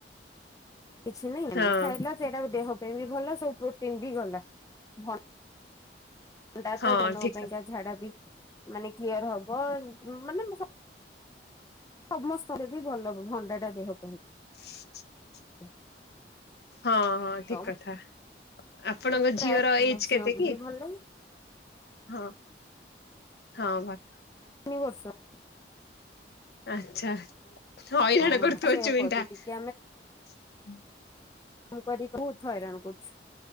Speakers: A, on the left; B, on the left.
A: କିଛି ନହିଁ
B: ହଁ
A: ଖାଇଲା ସେଇଟା ଦେହ ପାଇଁ ବି ଭଲ ସବୁ ପ୍ରୋଟିନ ବି ଗଲା। ଭଲ ହେଟା
B: ହଁ
A: ତ ଭଲ
B: ଠିକ
A: ହେବାପାଇଁ ଝାଡ଼ା ବି ମାନେ କ୍ଲିୟର ହବ ମାନେ ମୁ ସ ସମସ୍ତରେ ବି ଭଲ ଭଣ୍ଡା ଟା ଦେହ ପାଇଁ।
B: <inaudible>
A: <inaudible>
B: ହଁ ହଁ
A: ତ
B: ଠିକ କଥା, ଆପଣଙ୍କ
A: ମୁଁ ପ୍ରାୟ
B: ଝିଅର ଏଜ
A: ମୋ ଝିଅକୁ
B: କେତେ କି?
A: ବି ଭଲ ଲାଗେ
B: ହଁ ହଁ ଭଲ
A: ତିନି ବର୍ଷ।
B: ଆଚ୍ଛା ହଇରାଣ
A: ହଁ
B: କରୁଥିବ
A: ସେଇଆ
B: ଚୁଇଁ
A: କହୁଛି
B: ଟା ହୁଁ
A: ଟିକେ ମୁ କରି ବୋହୁତ ହଇରାଣ କରୁଛି,